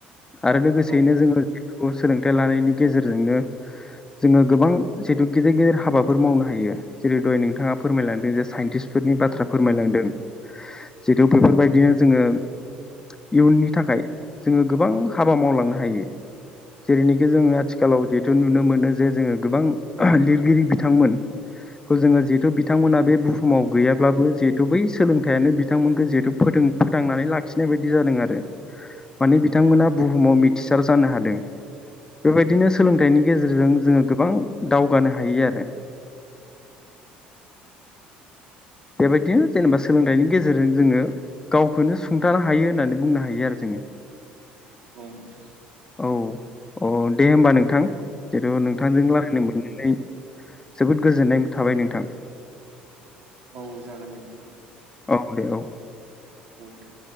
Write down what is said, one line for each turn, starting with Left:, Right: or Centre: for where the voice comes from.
Left: आरो लोगोसेयैनो
Right: औ
Left: जोंङो बे सोलोंथाइ लानायनि गेजेरजोंनो जोंङो गोबां जिहेथु गिदिर गिदिर हाबाफोर मावनो हायो। जेरै दहाय नोंथांङा फोरमायलांदों जे साइन्टिस्टफोरनि बाथ्रा फोरमायलांदों। जिहेतु बेफोरबायदिनो जोंङो इयुननि थाखाय जोंङो गोबां हाबा मावलांनो हायो। जेरैनोखि जोंङो आथिखालाव जिहेथु नुनो मोनो जे जोंङो गोबां लिरगिरि बिथांमोनखौ जोंङो जिहेथु बिथांमोना बे बुहुमाव गैयाब्लाबो जिहेथु बै सोलोंथाइयानो बिथांमोनखौ जिहेथु फोथांनानै लाखिनाय बायदि जादों आरो माने बिथांमोना बुहुमाव मिथिसार जानो हादों। बेबायदिनो सोलोंथाइनि गेजेरजों जोंङो गोबां दावगानो हायो आरो बेबायदिनो जेनेबा सोलोंथाइनि गेजेरजों जोंङो गावखौनो सुंथानो हायो होननानै बुंनो हायो आरो जोंङो
Right: औ नोंथां
Left: औ औ दे होमबा नोंथां जिथु नोंथांजों लागायनो
Right: औ
Left: मोननानै जोबोद गोजोननाय थाबाय नोंथां
Right: औ जागोन दे नोंथां
Left: औ दे औ
Right: बुं दे